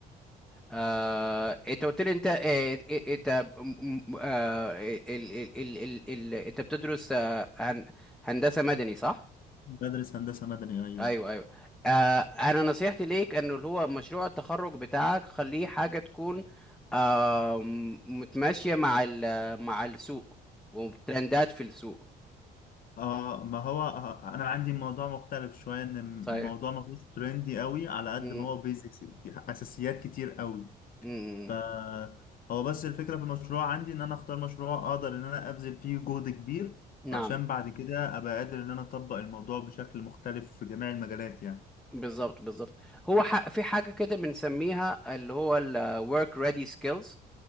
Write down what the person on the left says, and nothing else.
بدرس هندسه مدني ايوه
اه ما هو آه، انا عندي موضوع مختلف شويه ان الموضوع
ما فيهوش ترندي قوي على قد
ما هو بيزكس اساسيات كتير قوي
فهو بس الفكرة في المشروع عندي ان انا اختار مشروع اقدر ان انا ابذل فيه جهد كبير
عشان بعد كده ابقى قادر ان انا اطبق الموضوع بشكل مختلف في جميع المجالات يعني